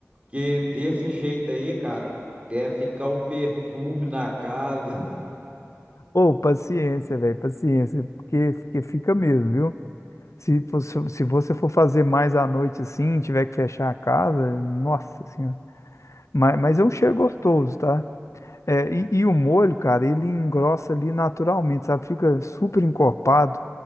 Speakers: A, on the right (about 25°); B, on the left (about 70°).
A: Que desse jeito aí, cara, deve ficar um perfume na casa.
B: Ou paciência, velho, paciência, porque, porque fica mesmo, viu? Se fosse, se você for fazer mais à noite assim, tiver que fechar a casa, nossa senhora. Mas, mas é um cheiro gostoso, tá? É, e, e o molho, cara, ele engrossa ali naturalmente, sabe? Fica super encorpado.